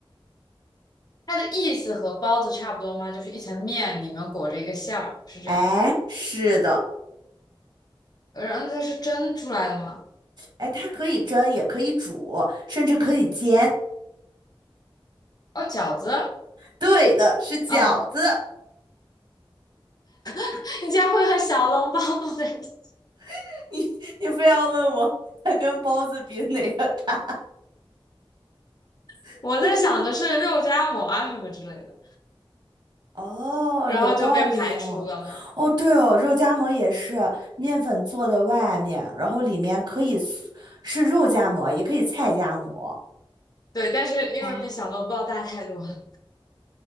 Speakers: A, on the left; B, on the right.
A: 它的意思和包子差不多吗？就是一层面里面裹着一个馅儿，是这样吗？
B: 哎，是的，
A: 呃然后它是蒸出来的吗？
B: 哎，它可以蒸，也可以煮，甚至可以煎。
A: 哦，饺子
B: 对的，是饺子。
A: 啊，<laughs> 你家会和小笼包不在一起？
B: <laughs> 你你非要问我它跟包子比哪个大，
A: <laughs>
B: <laughs>
A: 我在想的是肉夹馍啊什么之类的，
B: 我真的。哦，
A: 然后就被排除了嘛。
B: 有道理哦。哦，对哦，肉夹馍也是面粉做的外面，然后里面可以是是肉夹馍，也可以菜夹馍。
A: 对，但是因为比小笼包大太多了。
B: 哎，